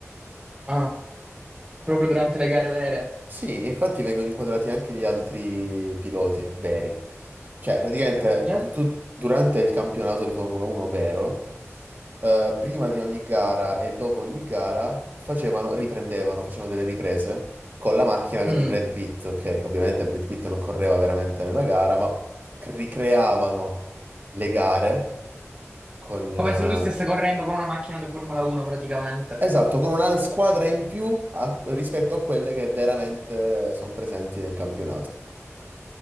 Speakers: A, on the right; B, on the right.
A: Ah, proprio durante le gare vere.
B: Sì, e infatti vengono inquadrati anche gli altri piloti veri. Cioè, praticamente
A: Gli altri?
B: du- tu- durante il campionato di Formula 1 vero, eh, prima di ogni gara e dopo ogni gara facevano, riprendevano, facevano delle riprese con la macchina
A: Mm,
B: di Brad Pitt, che ovviamente Brad Pitt non correva veramente nella gara, ma ricreavano le gare con...
A: Come se lui stesse
B: eh,
A: correndo con una macchina da Formula 1 praticamente.
B: Esatto, con una squadra in più a- rispetto a quelle che veramente sono presenti nel campionato.